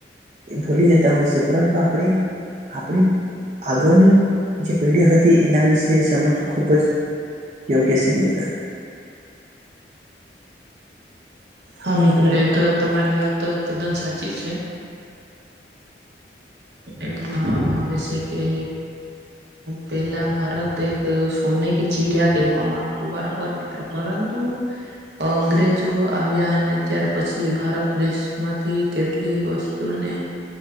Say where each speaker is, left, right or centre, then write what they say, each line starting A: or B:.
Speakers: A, on the right; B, on the right.
A: ભૂલી જતા હોય છે પરંતુ આપણે આપણી આગળની જે પેઢી હતી એના વિશે સમજવું ખૂબ જ યોગ્ય છે મિત્ર.
B: હા મિત્ર તો તમારી વાત તદ્દન સાચી છે. એવું માણવામાં આવે છે કે પેલા ભારત એક સોને કે ચીડિયા કહેવામાં આવત બરાબર મિત્ર. પરંતુ અંગ્રેજો આવ્યા અને ત્યાર પછી ભારત દેશમાંથી કેટલીક વસ્તુને.